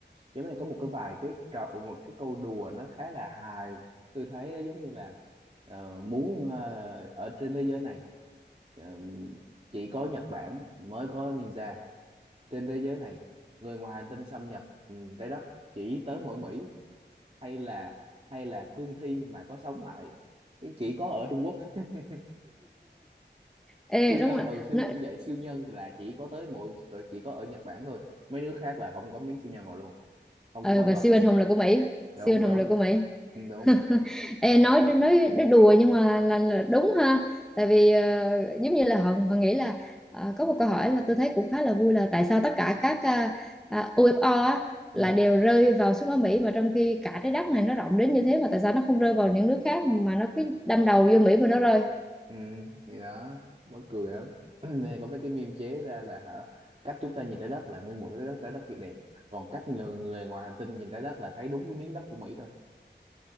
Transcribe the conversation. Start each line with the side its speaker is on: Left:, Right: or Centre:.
Right: giống như có một cái vài cái trò một cái câu đùa nó khá là hài tôi thấy nó giống như là ờ, muốn ờ, ở trên thế giới này ờ, chỉ có Nhật Bản mới có ninja trên thế giới này người ngoài hành tinh xâm nhập ừ, trái đất chỉ tới mỗi Mỹ hay là hay là cương thi mà có sống lại cái chỉ có ở Trung Quốc <laughs>
Centre: Ê
Right: siêu nhân
Centre: đúng rồi.
Right: ừ siêu
Centre: Nó,
Right: cũng vậy siêu nhân là chỉ có tới mỗi chỉ, chỉ có ở Nhật Bản thôi mấy nước khác là không có miếng siêu nhân rồi luôn không
Centre: ờ,
Right: có quái
Centre: và
Right: vật
Centre: siêu
Right: luôn
Centre: anh hùng là của Mỹ, siêu
Right: đúng
Centre: anh
Right: đúng
Centre: hùng là của Mỹ.
Right: ừ, đúng
Centre: <laughs> Ê, nói nói nói đùa nhưng mà là, là đúng ha tại vì ờ, giống như là họ họ nghĩ là ờ, có một câu hỏi là tôi thấy cũng khá là vui là tại sao tất cả các à, à, UFO á,
Right: ừ
Centre: là đều rơi vào xuống ở Mỹ mà trong khi cả trái đất này nó rộng đến như thế mà tại sao nó không rơi vào những nước khác mà nó cứ đâm đầu vô Mỹ mà nó rơi
Right: ừ thì đó mắc cười lắm <clears throat> nên có mấy cái meme chế ra là hả cách chúng ta nhìn trái đất là nguyên một trái đất trái đất thiệt đẹp còn cách người, người ngoài hành tinh nhìn trái đất là thấy đúng cái miếng đất của Mỹ thôi